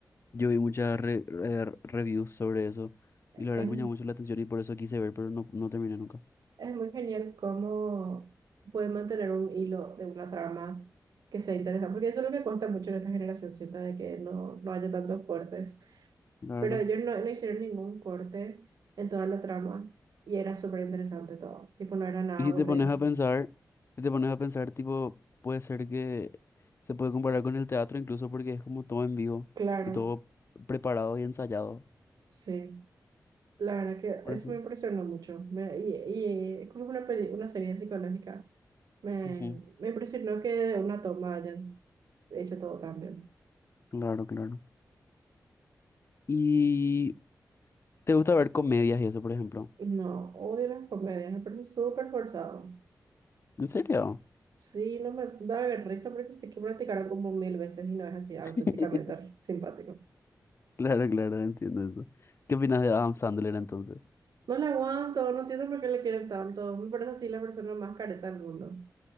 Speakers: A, on the left; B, on the right.
A: Yo vi muchas re- re- reviews sobre eso y la verdad
B: Es,
A: que me llamó mucho la atención y por eso quise ver, pero no, no terminé nunca.
B: es muy genial cómo pueden mantener un hilo de una trama que sea interesante, porque eso es lo que cuesta mucho en esta generación, siento de que no, no haya tantos cortes.
A: Claro.
B: Pero ellos no, no hicieron ningún corte en toda la trama y era súper interesante todo. Tipo, no era nada
A: Y si
B: aburrido.
A: te pones a pensar, si te pones a pensar, tipo, puede ser que se puede comparar con el teatro incluso porque es como todo en vivo
B: Claro,
A: y todo preparado y ensayado.
B: sí. La verdad que
A: Por
B: eso
A: eso.
B: me impresionó mucho. Me, y, y como es una, peli- una serie psicológica, me,
A: Ujú.
B: me impresionó que de una toma hayan hecho todo tan bien.
A: Claro, claro. ¿Y te gusta ver comedias y eso, por ejemplo?
B: No, odio las comedias, me parece súper forzado.
A: ¿En serio?
B: Sí, no me da risa porque sé que practicaron como mil veces y no es así auténticamente
A: <laughs>
B: simpático.
A: Claro, claro, entiendo eso. ¿Qué opinas de Adam Sandler entonces?
B: No la aguanto, no entiendo por qué le quieren tanto. Me parece así la persona más careta del mundo.